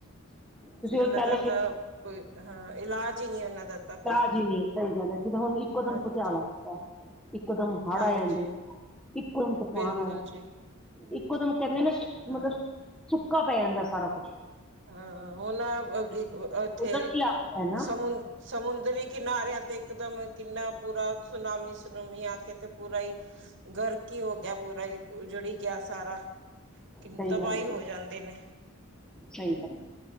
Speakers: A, in the centre; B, on the right (about 60°).
A: ਤੁਸੀਂ
B: ਤੇ
A: ਉਹੀ
B: ਉਹਨਾਂ
A: ਕਹਿ
B: ਦਾ
A: ਲਓ ਕਿ
B: ਤਾਂ ਕੋਈ ਅ ਇਲਾਜ ਹੀ ਨਹੀਂ ਉਹਨਾਂ ਦਾ। ਤਾਂ
A: ਇਲਾਜ
B: ਕੋਈ
A: ਈ ਨੀ ਸਹੀ ਗੱਲ ਐ। ਜਿਦਾਂ ਹੁਣ ਇੱਕੋ ਦਮ
B: ਹਾਂਜੀ
A: ਭੁਚਾਲ ਏ ਜਾਂਦਾ ਇੱਕੋ ਦਮ ਹੜ
B: ਹਾਂਜੀ
A: ਆ ਜਾਂਦੇ। ਇੱਕੋ ਦਮ ਤੂਫਾਨ
B: ਬਿਲਕੁਲ
A: ਆਇਆ
B: ਜੀ
A: ਇੱਕੋ ਦਮ ਕਹਿੰਦੇ ਨਾ
B: ਅ
A: ਮਤਲਬ। ਸੁੱਕਾ ਪੈ ਜਾਂਦਾ ਸਾਰਾ ਕੁਛ।
B: ਹਾਂ-ਹਾਂ ਉਹਨਾਂ ਉੱਥੇ
A: ਕੁਦਰਤੀ ਆਫਤ ਹੈ ਨਾ
B: ਸਮ ਸਮੁੰਦਰੀ ਕਿਨਾਰਿਆਂ ਤੇ ਇਕਦਮ ਕਿੰਨਾ ਪੂਰਾ ਸੁਨਾਮੀ ਸੁਨੂਮੀ ਆ ਕੇ ਤੇ। ਪੂਰਾ ਹੀ ਗਰਕ ਹੀ ਹੋ ਗਿਆ ਪੂਰਾ ਉਜੜੀ ਗਿਆ ਸਾਰਾ ਕਿੰਨੀ
A: ਸਹੀ
B: ਤਬਾਹੀ
A: ਗੱਲ,
B: ਹੋ ਜਾਂਦੇ ਨੇ
A: ਸਹੀ ਗੱਲ।